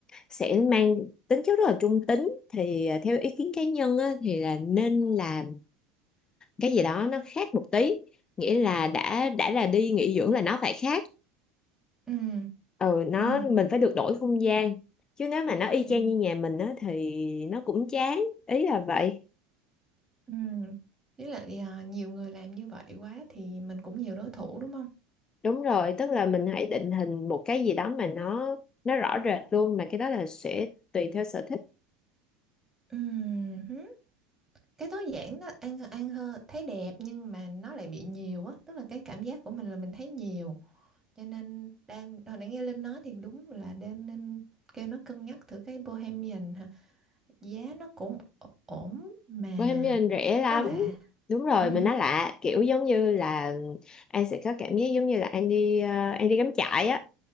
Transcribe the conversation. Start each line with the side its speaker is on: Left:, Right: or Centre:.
Left: sẽ mang tính chất rất là trung tính thì à, theo ý kiến cá nhân á, thì là nên làm cái gì đó nó khác một tí nghĩa là đã đã là đi nghỉ dưỡng là nó phải khác
Right: ừm,
Left: ừ nó
Right: ừm,
Left: mình phải được đổi không gian chứ nếu mà nó y
Right: ừm,
Left: chang như nhà mình á thì nó cũng chán ý là vậy
Right: ừm. Với lại à, nhiều người làm như vậy quá thì mình cũng nhiều đối thủ đúng không?
Left: đúng rồi tức là mình hãy định hình một cái gì đó mà nó nó rõ rệt luôn mà cái đó là sẽ tùy theo sở thích
Right: Ừm. cái tối giản đó ăn ăn hơn thấy đẹp nhưng mà nó lại bị nhiều á tức là cái cảm giác của mình là mình thấy nhiều cho nên đang hồi nãy nghe Linh nói thì đúng là nên nên kêu nó cân nhắc thử cái Bohemian hả giá nó cũng ổ- ổn mà
Left: Bohemian rẻ lắm
Right: nó lạ
Left: đúng rồi
Right: ừ.
Left: mình nói lạ kiểu giống như là anh sẽ có cảm giác giống như là anh đi ờ, anh đi cắm trại á